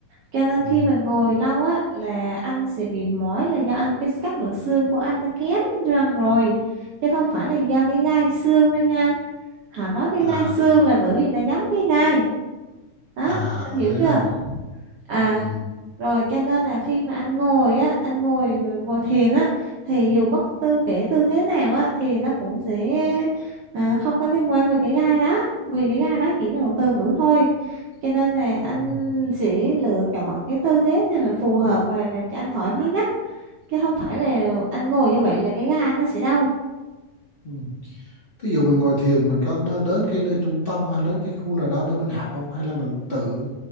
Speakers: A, on the right; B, on the left.
A: Cho nên
B: Ừ.
A: khi mà ngồi lâu á là anh sẽ bị mỏi là do anh cái các lượng xương của anh nó kém dần rồi. Chứ không phải là do cái gai xương đâu nha anh. Họ nói cái
B: à
A: gai xương là bởi vì nó giống cái gai. Đó,
B: à
A: anh hiểu
B: thế
A: chưa?
B: à
A: À
B: ừ. Ừ.
A: rồi cho nên là khi mà anh ngồi á, anh ngồi ngồi thiền á thì dù bất tư kể tư thế nào á thì nó cũng sẽ à, không có liên quan về cái gai đó, vì cái gai đó chỉ là một từ ngữ thôi. Cho nên là
B: À.
A: anh sẽ lựa chọn cái tư thế này mà phù hợp và làm cho anh thoải mái nhất chứ không phải là anh ngồi như vậy là cái gai anh nó sẽ đau.
B: Ừ. Thí dụ mình ngồi thiền mình có nên đến cái nơi trung tâm hay đến cái khu nào đó để mình học không hay là mình tự